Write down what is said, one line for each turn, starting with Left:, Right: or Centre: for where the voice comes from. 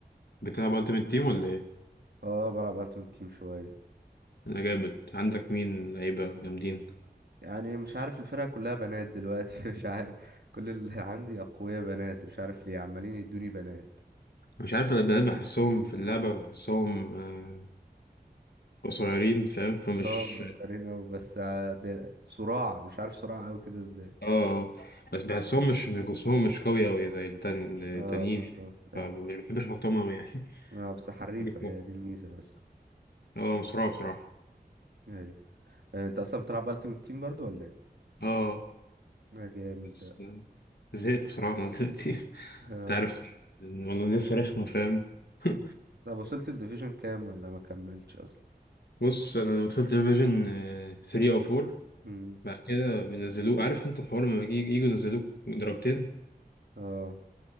Left: بتلعب Ultimate Team ولا ايه
Right: اه بلعب التيم تيم شوية
Left: انا جامد عندك مين لعيبه جامدين
Right: يعني مش عارف الفرقة كلها بنات دلوقتي <laughs> مش عارف كل اللي عندي أقوياء بنات مش عارف ليه عمالين يدوني بنات
Left: مش عارف انا بقى بحسهم في اللعبة بحسهم آه، قصيرين فاهم فمش
Right: اه صغيرين أوي بس ع- بي- صراع مش عارف صراع أوي كده ازاي
Left: اه آه. بس بحسهم مش جسمهم مش قوي أوي زي التان- التانيين
Right: اه بالظبط أيوة
Left: فمش بحبش احطهم أوي يعني
Right: اه بس حريفة
Left: <laughs> ليك
Right: هي
Left: مرة؟
Right: دي الميزة بس
Left: اه مسرعة بصراحة
Right: أيوة آه، أنت أصلا بتلعب ألتيمت تيم برضو ولا ايه؟
Left: اه
Right: ده جامد
Left: بس
Right: ده
Left: آه، زهقت بصراحة من دلوقتي <laughs>
Right: آه.
Left: انت عارف الموضوع لسه رخمة فاهم <laughs>
Right: م. طب وصلت الديفيجن كام ولا ما كملتش أصلا؟
Left: بص انا وصلت لفيجن 3 او 4
Right: مم.
Left: بعد كده بينزلوه عارف انت الحوار لما يجي- يجوا ينزلوك درجتين
Right: اه